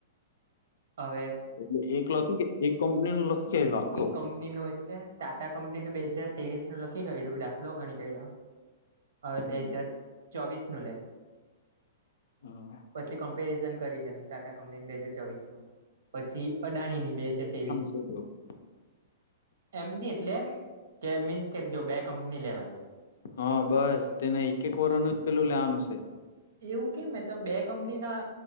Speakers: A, on the right; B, on the left.
A: હવે
B: હ એટલે એક લખી કે એક કંપની નું લખી. ગયેલો આખો
A: એક કંપની નું એટલે ટાટા કંપનીનું બે હાજાર ત્રેવીસ નું લખી ક્યું દાખલો ઘણી કડ્યો. હવે
B: હા
A: બે હજાર ચોવીસ નું લેમ.
B: હા
A: પછી કમ્પેરિઝન કરી લેમ ટાટા કંપની બે હાજાર ચોવીસ નું. પછી અડાણીની બે હજાર ત્રેવીસ.
B: હ.
A: એમની એટલે કે મીન્સ કે જો બે કંપની લેવાની.
B: હા બસ તેને એક એક વર ન જ પેલું લેવાનું છે.
A: એવું કેમ મેં તો બે કંપની ના